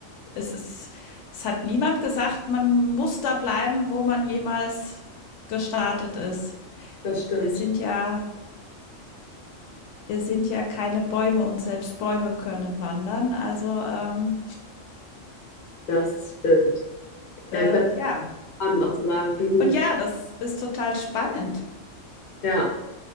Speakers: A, on the left; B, on the left.
A: es ist, es hat niemand gesagt, man muss da bleiben, wo man jemals gestartet ist.
B: Das stimmt.
A: Wir sind ja, wir sind ja keine Bäume und selbst Bäume können wandern. Also ähm,
B: Das stimmt. Ja,
A: äh,
B: ich dachte,
A: ja.
B: spannend auch zu sagen, okay, gut,
A: Und
B: ich,
A: ja, das ist total spannend.
B: ja.